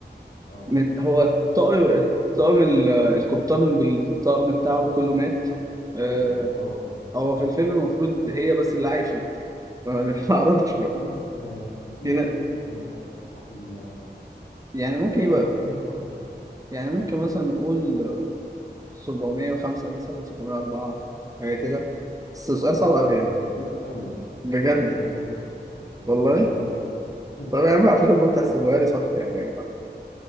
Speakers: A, on the left; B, on the right.
A: اه
B: من- هو الطاقم الطاقم ال- القبطان بالطاقم بتاعه كله مات آه،
A: غرقوا اه اه
B: هو في الفيلم المفروض هي بس اللي عايشة أنا <laughs> ما اعرفش
A: لا
B: بقى
A: في ناس آه، ما في
B: في
A: ناس
B: نا-
A: اللي ركبت المراكب بتاعت ال...
B: يعني ممكن
A: اضرب
B: يبقى
A: رقم اضرب رقم كده
B: يعني ممكن مثلا نقول 705 مثلا 704 حاجة كده بس سؤال صعب
A: ده
B: أوي
A: انت
B: يعني
A: دقيق قوي
B: بجد
A: هي الاجابه 706 ده انت
B: والله
A: مقرب قوي <laughs>
B: طب يا عم على فكرة المفروض تحسبوها لي صح يعني يا جماعة